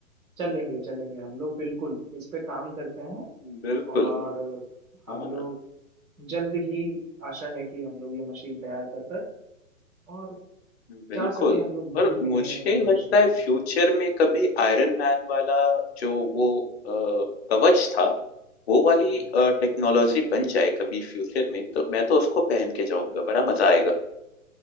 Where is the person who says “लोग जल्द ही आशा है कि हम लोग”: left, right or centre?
Right